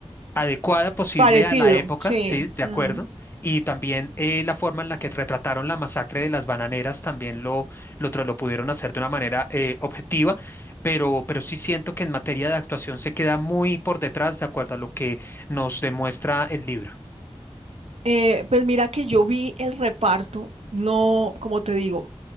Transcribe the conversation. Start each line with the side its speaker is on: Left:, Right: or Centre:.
Left: adecuada posible
Right: parecido,
Left: a la época,
Right: sí.
Left: ¿sí? De acuerdo.
Right: mm.
Left: Y también eh, la forma en la que retrataron la masacre de las bananeras también lo, lo, tra- lo pudieron hacer de una manera eh, objetiva, pero, pero sí siento que en materia de actuación se queda muy por detrás de acuerdo a lo que nos demuestra el libro.
Right: Eh, pues mira que yo vi el reparto, no, como te digo,